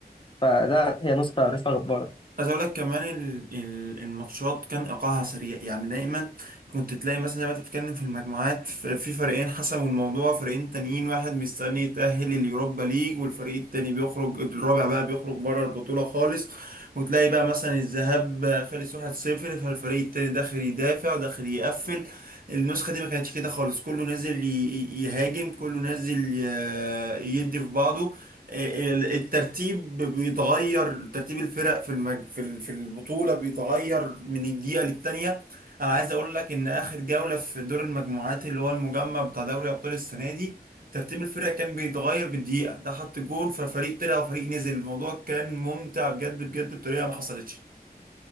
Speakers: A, on the left; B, on the right.
A: فده هي نسخه نسخه جباره
B: عايز اقول لك كمان ال- ال- الماتشات كان ايقاعها سريع يعني دايما كنت تلاقي مثلا زي ما انت بتتكلم في المجموعات ف- في فريقين حسموا الموضوع فريقين تانيين واحد مستني يتأهل اليوروبا ليج والفريق التاني بيخرج الرابع بقى بيخرج بره البطولة خالص وتلاقي بقى مثلا الذهاب خلص 1-0 فالفريق التاني داخل يدافع وداخل يقفل النسخة دي ما كانتش كده خالص كله نازل ي- ي- يهاجم كله نازل ي- يدي في بعضه ال- الترتيب بيتغير ترتيب الفرق في المج... في ال- في البطولة بيتغير من الدقيقة للتانية انا عايز اقول لك ان اخر جولة في دور المجموعات اللي هو المجمع بتاع دوري ابطال السنة دي ترتيب الفرق كان بيتغير بالدقيقة ده حط جون ففريق طلع وفريق نزل الموضوع كان ممتع بجد بجد بطريقة ما حصلتش